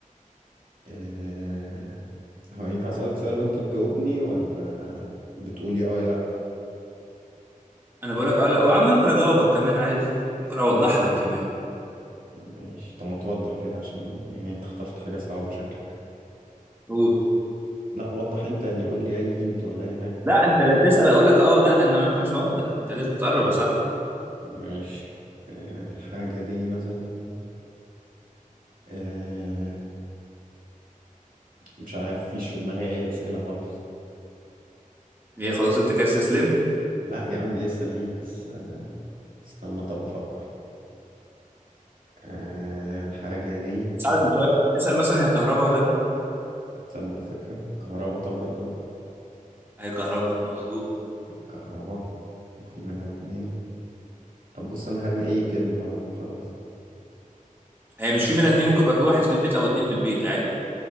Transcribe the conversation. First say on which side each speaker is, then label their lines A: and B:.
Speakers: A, on the right (about 85°); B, on the right (about 15°).
A: آه هو ينفع اسألك سؤال وانت تجاوبني ولا بتقولي اه يا لا
B: أنا بقول لك اه لا وعم ممكن أجاوبك كمان عادي ممكن أوضح لك كمان
A: ماشي طب ما توضح كده عشان يعني انت اخترت حاجة صعبة شكلك
B: قول
A: لا وضح انت يعني قول لي اي هنت ولا اي حاجة
B: لا أنت لا تسأل أقول لك اه لا إن ما ينفعش أوضح أنت لازم تقرب يا صاحبي
A: ماشي آه، الحاجة دي مثلا آه، مش عارف فيش في دماغي اي اسئلة خالص
B: هي خلاص أنت كده استسلمت
A: لا يا عم لسه في بس آه، استنى طب افكر آه، الحاجة دي
B: اسالك بسؤال تسال مثلا هي كهرباء ولا لا
A: تصدق فكرة كهربا طب ولا لا
B: هي كهرباء مظبوط
A: كهربا وفي منها اتنين طب بص انا هرمي اي كلمة خلاص وخلاص
B: هي مش في منها اتنين ممكن يبقى في واحد في البيت او اتنين في البيت عادي